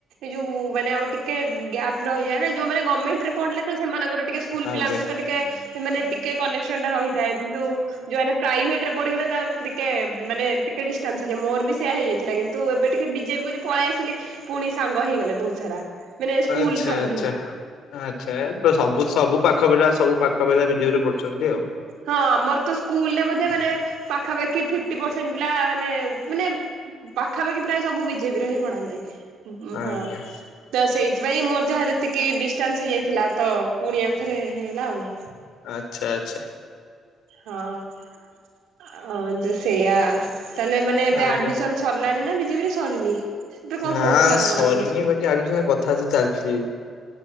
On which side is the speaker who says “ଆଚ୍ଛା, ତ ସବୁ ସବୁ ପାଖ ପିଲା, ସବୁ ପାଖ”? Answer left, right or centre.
Left